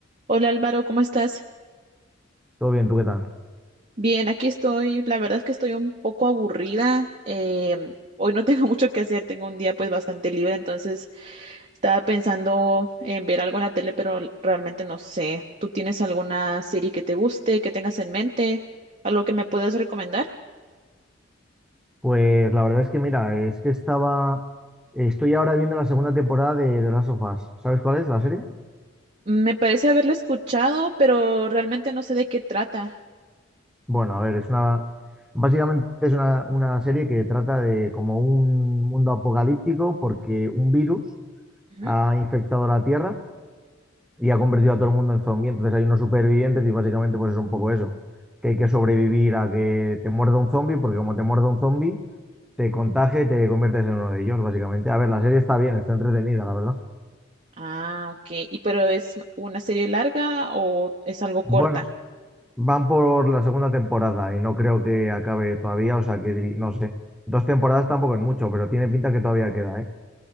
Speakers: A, on the right (about 35°); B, in the centre.
A: Hola Álvaro, ¿cómo estás?
B: Todo bien, ¿tú qué tal?
A: Bien, aquí estoy. La verdad es que estoy un poco aburrida. em, hoy no tengo <laughs> mucho que hacer, tengo un día pues bastante libre, entonces estaba pensando en ver algo en la tele, pero l- realmente no sé. ¿Tú tienes alguna serie que te guste, que tengas en mente, algo que me puedas recomendar?
B: Pues la verdad es que mira, es que estaba, estoy ahora viendo la segunda temporada de The Last of Us. ¿Sabes cuál es la serie?
A: Me parece haberla escuchado, pero realmente no sé de qué trata.
B: Bueno, a ver, es una, básicamente es una, una serie que trata de como un mundo apocalíptico porque un virus
A: Ujú.
B: ha infectado la Tierra y ha convertido a todo el mundo en zombie. Entonces hay unos supervivientes y básicamente pues es un poco eso, que hay que sobrevivir a que te muerda un zombie porque como te muerda un zombie, te contagia y te conviertes en uno de ellos, básicamente. A ver, la serie está bien, está entretenida, la verdad.
A: Ah, ok. ¿Y pero es una serie larga o es algo
B: Bueno,
A: corta?
B: van por la segunda temporada y no creo que acabe todavía, o sea que diri- no sé. Dos temporadas tampoco es mucho, pero tiene pinta que todavía queda, ¿eh?